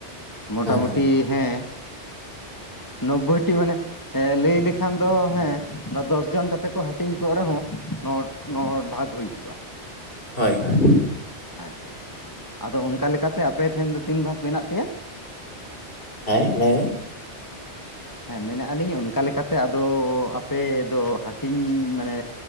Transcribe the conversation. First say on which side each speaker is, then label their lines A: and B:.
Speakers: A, on the left; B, on the left.
A: ᱢᱚᱴᱟᱢᱩᱴᱤ
B: ᱦᱮᱸ
A: ᱦᱮᱸ ᱱᱚᱵᱽᱵᱳᱭᱴᱤ ᱢᱟᱱᱮ ᱮ ᱞᱟᱹᱭ ᱞᱮᱠᱷᱟᱱ ᱫᱚ ᱦᱮᱸ ᱱᱚ ᱫᱚᱥ ᱡᱚᱱ ᱠᱟᱛᱮ ᱠᱚ ᱦᱟᱹᱴᱤᱧ ᱠᱚᱜ ᱨᱮᱦᱚᱸ ᱱᱚ ᱱᱚ ᱵᱷᱟᱜᱽ ᱦᱩᱭ ᱠᱚᱜ-ᱟ᱾
B: ᱦᱳᱭ ᱦᱳᱭ
A: ᱟᱪᱪᱷᱟ ᱟᱪᱪᱷᱟ ᱟᱫᱚ ᱚᱱᱠᱟ ᱞᱮᱠᱟᱛᱮ ᱟᱯᱮᱴᱷᱮᱱ ᱫᱚ ᱛᱤᱱ ᱵᱷᱟᱜᱽ ᱢᱮᱱᱟᱜ ᱯᱮᱭᱟ?
B: ᱦᱮᱸ ᱞᱟᱹᱭᱵᱮᱱ
A: ᱦᱮᱸ ᱢᱮᱱᱮ ᱟᱞᱤᱧ ᱚᱱᱠᱟ ᱞᱮᱠᱟᱛᱮ ᱟᱫᱚ ᱟᱯᱮ ᱫᱚ ᱦᱟᱴᱤᱧ ᱢᱟᱱᱮ